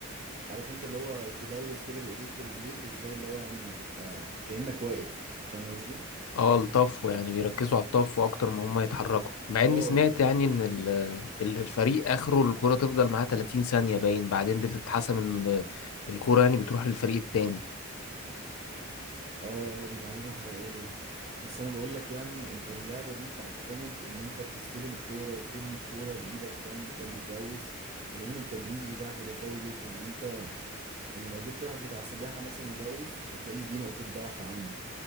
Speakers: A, on the right; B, on the left.
A: عارف أنت اللي هو تدوس كده بإيديك ورجليك وإزاي اللي هو يعني تبقى كأنك واقف فاهم قصدي؟
B: اه الطفو يعني بيركزوا على الطفو اكتر ما هم يتحركوا مع اني
A: آه
B: سمعت
A: آه
B: يعني ان ال- ان الفريق اخره الكرة تفضل معاه 30 ثانية باين بعدين بتتحسم ان الكرة يعني بتروح للفريق التاني
A: آه، دي معلومة حقيقية بس أنا بقول لك يعني أنت اللعبة دي بتعتمد إن أنت بتستلم الكورة وبترمي الكورة بإيدك فاهم وأنت بتدوس فلازم التدويس بتاعك يبقى قوي جدا يعني يعني لو جبت واحد بتاع سباحة مثلا يدوس هتلاقي دي نقطة ضعف عنده